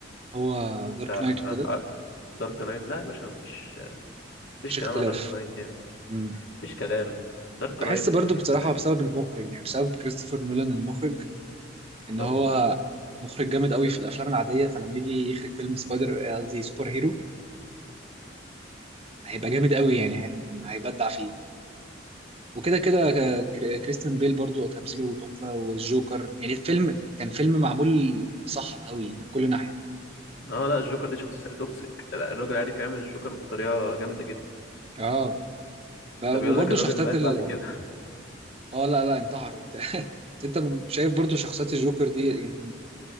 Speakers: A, on the right (about 30°); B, on the left (about 80°).
A: هو دارك
B: بتاع
A: نايت وكده
B: دارك نايت لا يا باشا مفيش مفيش
A: مفيش
B: كلام
A: اختلاف
B: على دارك نايت يعني
A: مم.
B: مفيش كلام دارك
A: بحس
B: نايت
A: برضو
B: في حتة
A: بصراحة
B: تاني
A: بسبب المخرج يعني بسبب كريستوفر نولان المخرج إن
B: طبعا
A: هو مخرج جامد قوي في الأفلام العادية فلما يجي يخرج فيلم سبايدر قصدي سوبر هيرو هيبقى جامد قوي يعني هيبقى- هيبدع فيه وكده كده ك- كر- كريستيان بيل برضو تمثيله تحفة والجوكر يعني الفيلم كان فيلم معمول صح قوي من كل ناحية
B: اه لا الجوكر دي شخصية توكسيك لا الراجل عارف يعمل الجوكر بطريقة جامدة جدا
A: اه ب-
B: ده بيقول
A: وبرضو
B: لك الراجل
A: شخصيات
B: مات
A: ال
B: بعد كده
A: اه لا لا انتحروا وبتاع <laughs> بس انت شايف برضو شخصيات الجوكر دي يعني